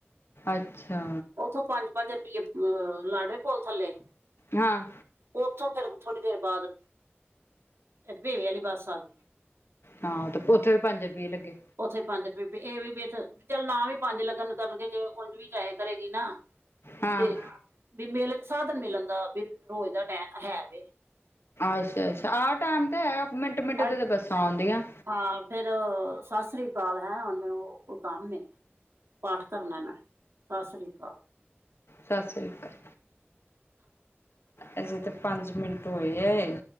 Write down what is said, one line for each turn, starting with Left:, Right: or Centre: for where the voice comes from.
Left: ਅੱਛਾ
Right: ਓਥੋਂ ਪੰਜ-ਪੰਜ ਰੁ ਪੀਏ ਅ ਲਾੜੇ ਪੁਲ ਥੱਲੇ
Left: ਹਾਂ।
Right: ਓਥੋਂ ਫੇਰ ਥੋੜੀ ਦੇਰ ਬਾਦ ਭੇਵੇ ਵਾਲੀ ਬੱਸ ਆਗੀ।
Left: ਹਾਂ, ਤੇ ਓਥੇ ਵੀ ਪੰਜ ਰੁਪਈਏ ਲੱਗੇ।
Right: ਉੱਥੇ ਵੀ ਪੰਜ ਰੁਪਏ, ਬਈ ਏਵੀ ਚੱਲ ਨਾ ਵੀ ਪੰਜ ਲੱਗਣ ਕਰਨਗੇ ਜੇ ਓਝ ਵੀ ਜਾਇਆ ਕਰੇਗੀ ਨਾ
Left: ਹਾਂ।
Right: ਤੇ ਵੀ ਮਿਲ ਸਾਧਨ ਮਿਲਣ ਦਾ ਵੀ ਰੋਜ਼ ਦਾ ਟੈਮ ਹੈਵੇ।
Left: ਅੱਛਾ-ਅੱਛਾ, ਆਹ ਟਾਈਮ ਤੇ ਹੈ ਮਿੰਟ-ਮਿੰਟ ਤੇ
Right: ਅੱਜ
Left: ਤੇ ਬੱਸਾਂ ਆਉਂਦੀਆਂ।
Right: ਹਾਂ, ਫੇਰ ਸਸ੍ਰੀ ਕਾਲ, ਹੈਂ ਹੁਨ ਮੈਨੂੰ ਕੋ ਕੰਮ ਏ। ਪਾਠ ਕਰਨਾ ਨਾਂ, ਸਸ੍ਰੀ ਕਾਲ।
Left: ਸਸ੍ਰੀ ਅਕਾਲ। ਹਜੇ, ਤੇ ਪੰਜ ਮਿੰਟ ਹੋਏ ਐ।